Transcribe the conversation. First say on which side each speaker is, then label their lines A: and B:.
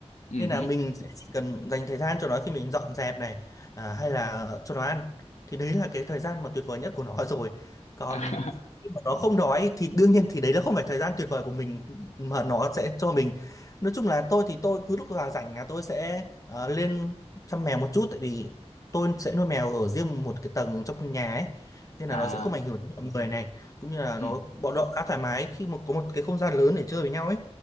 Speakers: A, on the left; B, on the left.
A: ừ
B: nên
A: hử.
B: là mình sẽ chỉ cần dành thời gian cho nó khi mình dọn dẹp này à, hay là cho nó ăn thì đấy là cái thời gian mà tuyệt vời nhất của nó <laughs> rồi còn
A: à <laughs>
B: khi mà nó không đói thì đương nhiên thì đấy là không phải thời gian tuyệt vời của mình mà nó sẽ cho mình nói chung là tôi thì tôi cứ lúc nào rảnh là tôi sẽ ờ, lên chăm mèo một chút tại vì tôi sẽ nuôi mèo ở riêng một cái tầng trong nhà ấy nên
A: à
B: là nó sẽ không ảnh hưởng đến mọi người này cũng như là
A: ừ
B: nó bọn họ khá thoải mái khi mà có một cái không gian lớn để chơi với nhau ấy